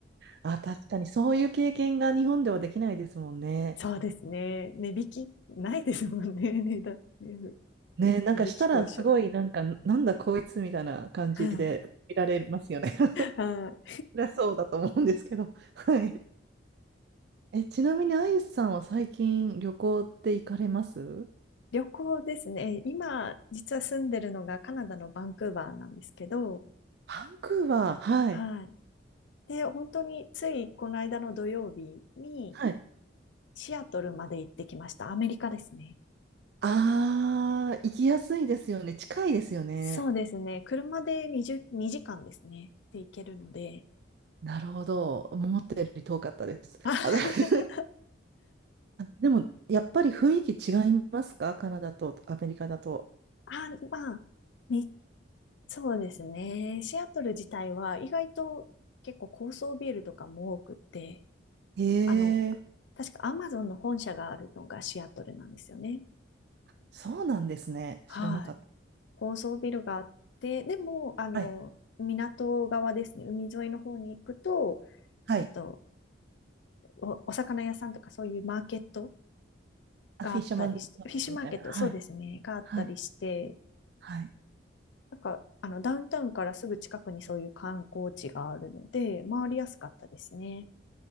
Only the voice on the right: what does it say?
あ、確かにそういう経験が日本ではできないですもんね。
ね、なんかしたらすごいなんか、
なんだこいつみたいな感じで見られますよね。
<laughs> そ
りゃそうだと思うんですけど。はい。え、ちなみにあゆさんは最近旅行って行かれます
バンクーバー、はい。
はい。
ああ、行きやすいですよね。近いですよね。
なるほど。思ったより遠かったです。
あ、だ <laughs>
でも、やっぱり雰囲気違いますかカナダとアメリカだと。
へ
え、
そうなんですね。
知らなかった。
はい。
はい。
あ、
フィッシャーマンズマーケットみたいな。
はい。
はい。はい。